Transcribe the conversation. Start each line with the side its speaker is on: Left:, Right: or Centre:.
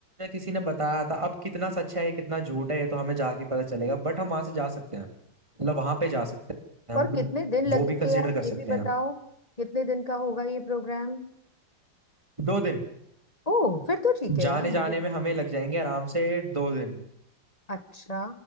Right: किसी ने बताया था अब कितना सच है ये कितना झूठ है ये तो हमें जाके पता चलेगा बट हम वहां से जा सकते हैं मतलब वहां पे जा सकते हैं
Left: पर
Right: हम
Left: कितने दिन लगेंगे
Right: वो भी कंसीडर
Left: यार
Right: कर
Left: ये
Right: सकते
Left: भी
Right: हैं
Left: बताओ कितने दिन का होगा ये प्रोग्राम
Right: दो दिन
Left: ओ फिर तो ठीक है
Right: जाने
Left: यार मुझे
Right: जाने में हमें लग जाएंगे आराम से दो दिन
Left: अच्छा